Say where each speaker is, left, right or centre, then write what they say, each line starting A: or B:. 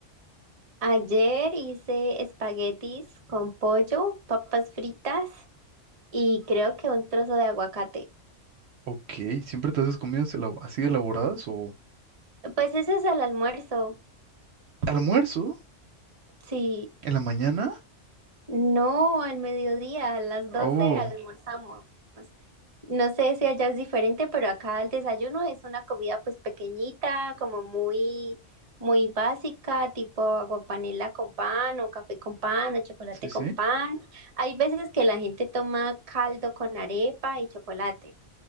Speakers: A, on the right; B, on the right.
A: Ayer hice espaguetis con pollo, papas fritas y creo que un trozo de aguacate.
B: Ok, ¿siempre te haces comidas elabo- así de elaboradas o
A: Pues ese es el almuerzo.
B: almuerzo
A: Sí.
B: en la mañana?
A: No, al mediodía, a las doce
B: Oh,
A: almorzamos. No sé si allá es diferente, pero acá el desayuno es una comida pues pequeñita, como muy, muy básica, tipo aguapanela con pan o café con pan o chocolate
B: sí,
A: con
B: sí.
A: pan. Hay veces que la gente toma caldo con arepa y chocolate,